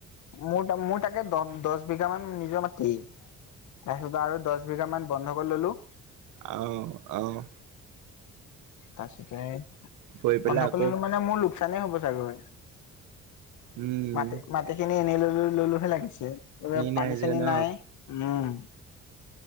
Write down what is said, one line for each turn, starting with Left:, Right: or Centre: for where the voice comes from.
Left: মোৰ মোৰ তাকে দহ দছ বিঘামান নিজৰ মাটি তাৰপিছত আৰু দহ বিঘামান বন্ধকত ললোঁ।
Right: আৰু আৰু
Left: তাৰপিছতে,
Right: কৰি পেলাই
Left: বন্ধকত
Right: আকৌ
Left: ললোঁ মানে মোৰ লোকচানেই হ'ব চাগৈ।
Right: উম
Left: মাটি মাটিখিনি এনেই লৈ লৈলোহে লাগিছে। এইবাৰ
Right: নাই
Left: পানী
Right: যে
Left: চানী
Right: ন
Left: নাই, উম।